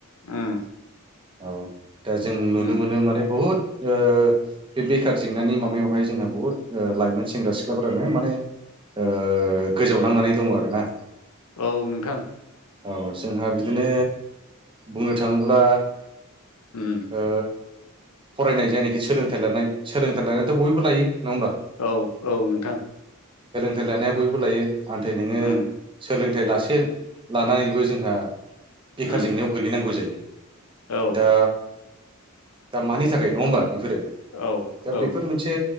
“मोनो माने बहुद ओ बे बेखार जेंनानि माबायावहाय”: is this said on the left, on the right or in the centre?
Right